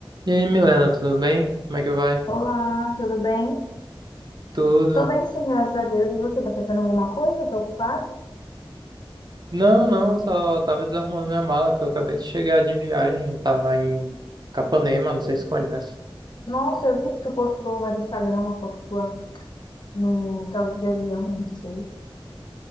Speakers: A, on the right; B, on the left.
A: E aí, Milena, tudo bem? Como é que vai?
B: Olá, tudo bem?
A: Tudo?
B: Tô bem sim, graças a Deus. E você, tá fazendo alguma coisa? Tá ocupado?
A: Não, não, eu só tava desarrumando minha mala, que eu acabei de chegar de viagem, tava em Capanema, não sei se conhece.
B: Nossa, eu vi que tu postou lá no Instagram uma foto tua no tava de avião, não sei.